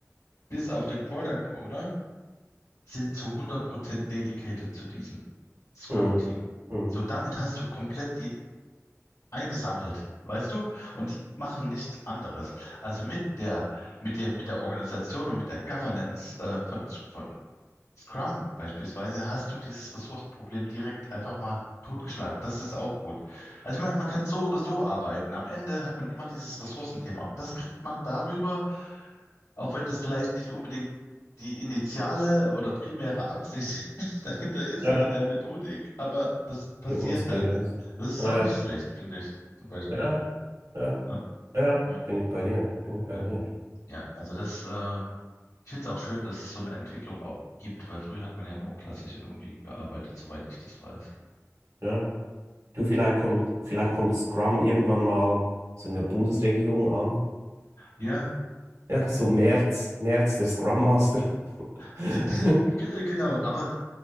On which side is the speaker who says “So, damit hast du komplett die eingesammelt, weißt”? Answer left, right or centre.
Left